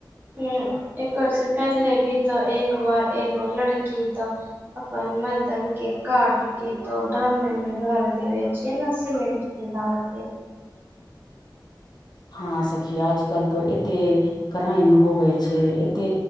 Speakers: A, on the right; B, on the left.
A: हं एकर से पहले भी तो एक बार एगो लड़की तऽ अपन मरदन के काट के तो ड्रममे ने भर देबे छै ने सीमेंट <unintelligible> डाल के
B: हँ सखी आज कल तअ एते क्राइम होबे छै एते